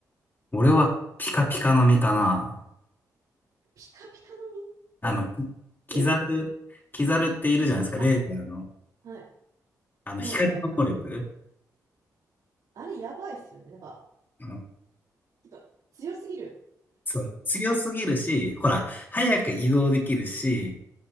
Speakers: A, on the left; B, on the right.
A: 俺はピカピカの実かな。
B: ピカピカの実え、
A: あの、キキザル、
B: え
A: キザルっているじゃないですか、
B: あ、
A: レーザーの。
B: はい。
A: あの、
B: はいはいはい。
A: 光の能力。
B: あれやばいっすよね。なんか、
A: うん、
B: てか、強すぎる。
A: そう。強すぎるし、ほら、早く移動できるし、